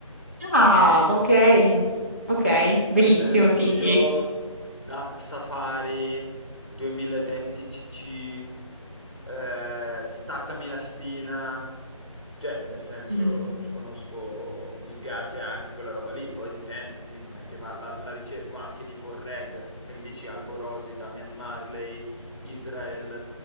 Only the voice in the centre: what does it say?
Cioè,
nel senso,
io
s- da Safari 2020 CC, eh, Staccami la spina, Cioè, nel senso,
conosco, mi piace anche quella roba lì, poi dipende, sì, non è che va, la, la ricerco anche tipo il reg, se mi dici Alborosi, Damian Marley, Israel